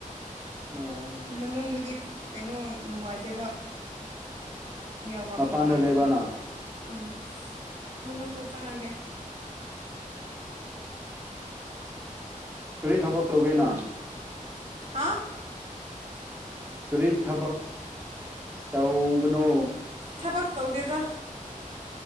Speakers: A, on the right; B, on the right.
A: ꯑꯣ
B: ꯃꯅꯨꯡꯗꯨꯗꯤ ꯀꯩꯅꯣ ꯅꯨꯡꯉꯥꯏꯇꯦꯕ ꯅꯦꯠꯋꯥꯛ
A: ꯃꯄꯥꯟꯗ
B: ꯅꯨꯡꯉꯥꯏꯇꯕ
A: ꯂꯩꯕ ꯅꯪ
B: ꯎꯝ ꯃꯅꯨꯡꯗ ꯆꯪꯉꯒꯦ
A: ꯀꯔꯤ ꯊꯕꯛ ꯇꯧꯒꯦꯅ
B: ꯍꯥ
A: ꯀꯔꯤ ꯊꯕꯛ ꯇꯧꯕꯅꯣ
B: ꯊꯕꯛ ꯇꯧꯗꯦꯗ